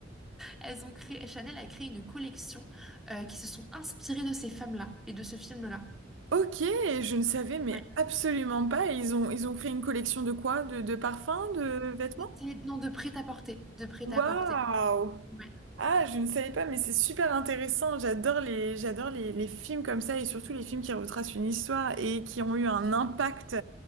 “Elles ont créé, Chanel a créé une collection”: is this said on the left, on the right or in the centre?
Centre